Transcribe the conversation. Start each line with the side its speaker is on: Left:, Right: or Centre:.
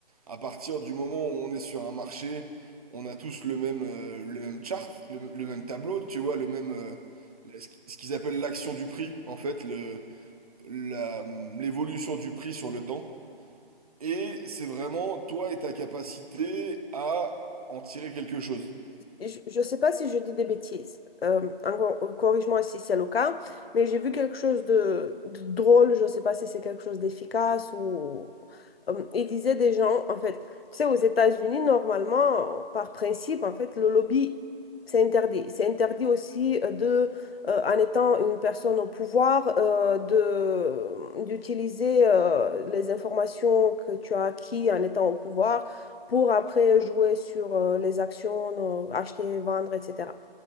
Right: À partir du moment où on est sur un marché, on a tous le même, euh, le même chart, le, le même tableau, tu vois, le même, euh, le- ce qu- ce qu'ils appellent l'action du prix, en fait, le, la, l'évolution du prix sur le temps. Et c'est vraiment toi et ta capacité à en tirer quelque chose.
Left: je ne sais pas si je dis des bêtises, euh, encore- corrige-moi si c'est le cas, mais j'ai vu quelque chose de, de drôle, je ne sais pas si c'est quelque chose d'efficace ou... euh, il disait des gens, en fait, tu sais, aux États-Unis, normalement, par principe, en fait, le lobby, c'est interdit. C'est interdit aussi euh, de, euh, en étant une personne au pouvoir, euh, de, d'utiliser euh, les informations que tu as acquis en étant au pouvoir pour après jouer sur euh, les actions, euh, acheter, vendre, etc.